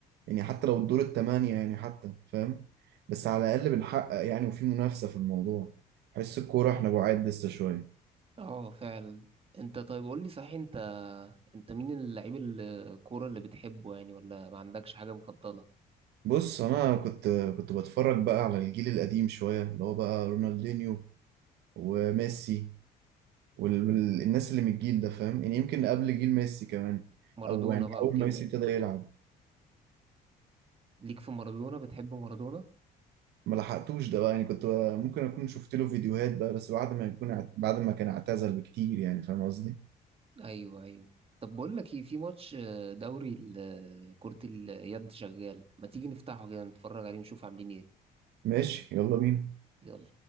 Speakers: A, on the right; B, on the right.
A: يعني حتى لو الدور التمانية يعني حتى فاهم بس على الأقل بنحقق يعني وفي منافسة في الموضوع حس الكورة احنا بعاد لسه شوية
B: اه فعلا انت طيب قول لي صحيح انت انت مين اللعيب الكورة اللي بتحبه يعني ولا ما عندكش حاجة مفضلة
A: بص أنا كنت كنت بتفرج بقى على الجيل القديم شوية اللي هو بقى رونالدينيو وميسي والناس اللي من الجيل ده فاهم يعني يمكن قبل جيل ميسي كمان
B: مارادونا
A: او يعني
B: بقى
A: اول
B: وكده
A: ما ميسي ابتدى يلعب
B: ليك في مارادونا بتحب مارادونا
A: ما لحقتوش ده بقى يعني كنت بقى ممكن اكون شفت له فيديوهات بقى بس بعد ما يكون اعت- بعد ما كان اعتزل بكتير يعني فاهم قصدي
B: ايوه ايوه طب بقول لك ايه في ماتش آه، دوري ال- آه، كرة اليد شغال ما تيجي نفتحه كده نتفرج عليه نشوف عاملين ايه
A: ماشي يلا بينا
B: يلا